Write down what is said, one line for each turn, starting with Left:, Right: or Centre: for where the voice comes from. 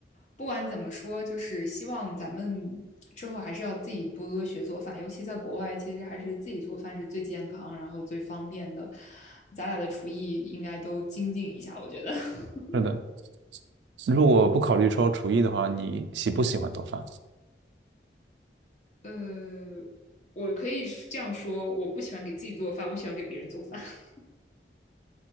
Left: 不管怎么说，就是希望咱们之后还是要自己多多学做饭，尤其在国外，其实还是自己做饭是最健康，然后最方便的。咱俩的厨艺应该都精进一下，我觉得。<laughs>
Right: 是的，如果不考虑说厨艺的话，你喜不喜欢做饭？
Left: 呃，我可以这样说，我不喜欢给自己做饭，我喜欢给别人做饭，<laughs>